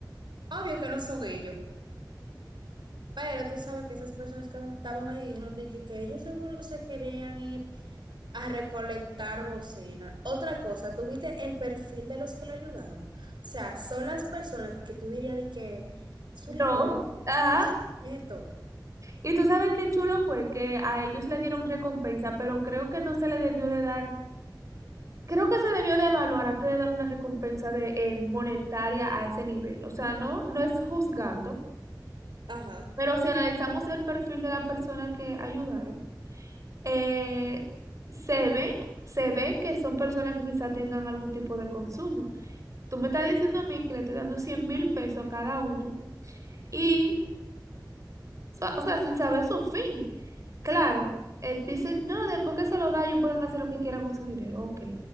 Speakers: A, on the right; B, on the right.
A: Obvio que no son ellos, pero tú sabes que esas personas que estaban ahí dijeron de que, que ellos seguro se querían ir a recolectar bocina. Otra cosa, ¿tuviste el perfil de los que lo ayudaron? O sea, son las personas que tú dirías de que es
B: No.
A: un ladrón,
B: Ajá.
A: es un nieto.
B: Y tú sabes qué chulo fue que a ellos le dieron recompensa, pero creo que no se le debió de dar, creo que se debió de evaluar antes de darle una recompensa de eh, monetaria a ese nivel. O sea, no, no es juzgando,
A: Ajá.
B: pero si analizamos el perfil de la persona que ayudaron, eh, se ve, se ve que son personas que quizá tengan algún tipo de consumo. Tú me estás diciendo a mí que le estoy dando cien mil pesos a cada uno y sa- O sea, sin saber su fin. Claro, eh, dicen, no, después que se lo da, ellos pueden hacer lo que quieran con su dinero, ok.